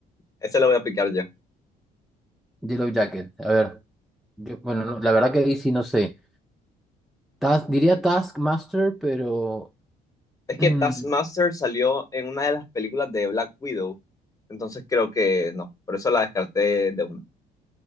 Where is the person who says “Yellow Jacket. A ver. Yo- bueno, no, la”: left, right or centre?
Centre